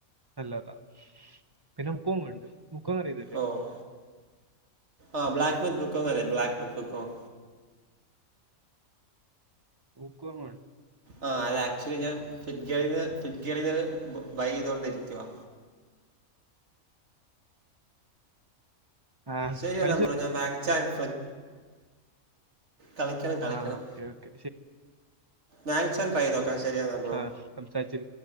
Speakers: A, on the right; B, on the right.
A: നല്ലതാ പിന്നെ <unintelligible> <unintelligible> ക്കാന്നറിയില്ലേ
B: ഓഹ് ആ ബ്ലാക്ക് മിത്ത് ബുക്ക് അല്ലെ ബ്ലാക്ക് മിത്ത് ബുക്കും
A: ബുക്കും ആണ്
B: ആ അത് ആക്ച്വലി ഞാൻ ഫിറ്റ് ഗൈഡ് നിന്ന് ഫിറ്റ് ഗൈഡ് ബൈ ചെയ്തുകൊണ്ടിരിക്കുവാ
A: ആ
B: ശരി
A: കളിച്ചു
B: എന്നാ ബ്രോ ഞാൻ വാ <unintelligible> കളിക്കണം കളിക്കണം
A: ആ ഓക്കെ ഓക്കെ
B: വാങ്ചാൻ ട്രൈ നോക്കാം ശരിയെന്നാ
A: ആന്ന്
B: ബ്രോ
A: സംസാരിച്ച്